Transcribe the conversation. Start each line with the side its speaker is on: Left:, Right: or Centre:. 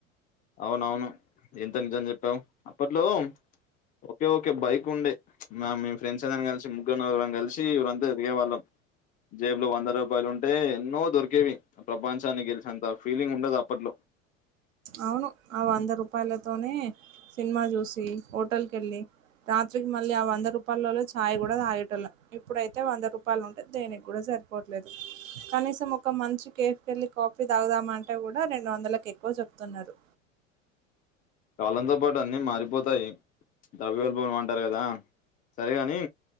Left: అవునవును ఎంత నిజం చెప్పావు అప్పట్లో ఓకే ఓక బైక్ ఉండే మా మీ ఫ్రెండ్స్ అందరినీ కలిసి ముగ్గురు నలగరం కలిసి ఊరంతా తిరిగేవాళ్లం జేబులో వంద రూపాయలు ఉంటే ఎన్నో దొరికేవి ప్రపంచాని గేలిసినంత ఫీలింగ్ ఉండే ది అప్పట్లో
Right: అవును ఆ వంద రూపాయలతోనే సినిమా చూసి హోటల్కి వెళ్ళి రాత్రికి మళ్ళీ ఆ వంద రూపాయలలో చాయ్ కూడా తాగేటళం ఇప్పుడైతే వంద రూపాయలు ఉంటేంది దేనికి కూడా సరి పోట్లేదు కనీసం ఒక మంచి కేఫ్ కెళ్లి కాఫీ తాగుదాం అంటే కూడా రెండు వందల కేక్ ఎక్కువ చెప్తున్నారు
Left: కాలంతో పాటు అన్ని మారిపోతాయి ద్రవ్యోల్బణం అంటారు కదా సరేగాని